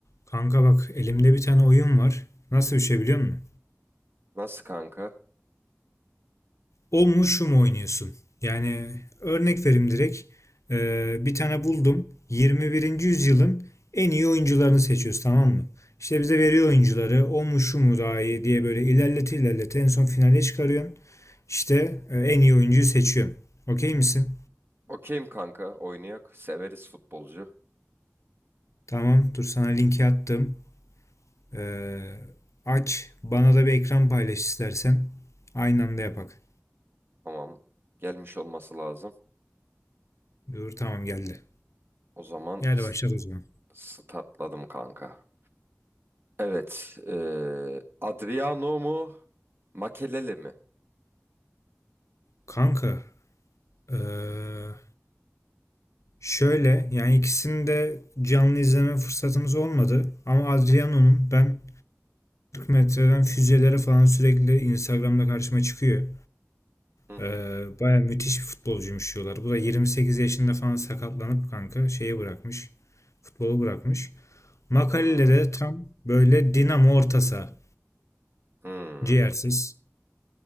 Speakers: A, on the left; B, on the right.
A: Kanka bak elimde bir tane oyun var. Nasıl bir şey biliyor musun?
B: Nasıl kanka?
A: O mu şu mu oynuyorsun? Yani örnek vereyim direkt. Ee, bir tane buldum. 21. yüzyılın en iyi oyuncularını seçiyoruz tamam mı? İşte bize veriyor oyuncuları. O mu şu mu daha iyi diye böyle ilerlete ilerlete en son finale çıkarıyorsun. İşte e, en iyi oyuncuyu seçiyorsun. Okey misin?
B: Okeyim kanka. Oynayak. Severiz futbolcu.
A: Tamam dur sana linki attım. Ee, aç bana da bir ekran paylaş istersen. Aynı anda yapak.
B: Tamam. Gelmiş olması lazım.
A: Dur tamam geldi.
B: O zaman
A: Yani
B: s-
A: başladı o zaman.
B: statladım kanka. Evet. eee, Adriano mu? Makelele mi?
A: Kanka, eee, şöyle yani ikisini de canlı izleme fırsatımız olmadı. Ama Adriano'nun ben 40 metreden füzelere falan sürekli Instagram'da karşıma çıkıyor.
B: Hı hı.
A: Eee baya müthiş bir futbolcuymuş diyorlar. Bu da 28 yaşında falan sakatlanıp kanka şeyi bırakmış. Futbolu bırakmış. Makalede
B: Hmm,
A: de tam böyle dinamo orta saha.
B: hmm.
A: Ciğersiz.